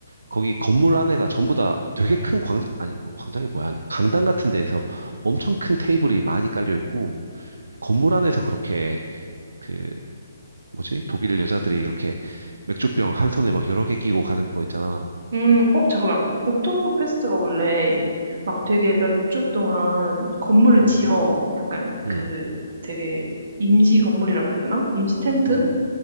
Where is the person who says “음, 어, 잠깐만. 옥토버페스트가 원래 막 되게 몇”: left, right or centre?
Right